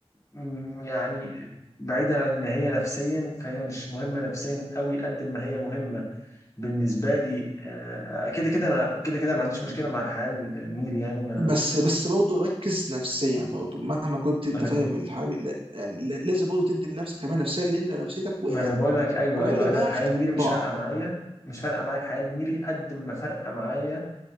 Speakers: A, on the left; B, on the right.
A: م، يعني بعيدا عن ان هي نفسيا فهي مش مهمة نفسيا قوي قد ما هي مهمة بالنسبة لي آه، كده كده انا كده كده ما عنديش مشكلة مع الحياة الميري يعني ما
B: بس بس برضه ركز نفسيا برضه مهما كنت انت
A: ما انا
B: فاهم
A: بقول
B: الحامل لا- يعني لا- لازم برضه تدي لنفسك حمايه نفسيه لان لو نفسيتك
A: ما
B: وقعت
A: انا بقول لك ايوه
B: كل
A: ايوه انا
B: ده
A: الحياة الميري مش
B: ضاع
A: فارقة معايا مش فارقة معايا الحياة الميري قد ما فارقة معايا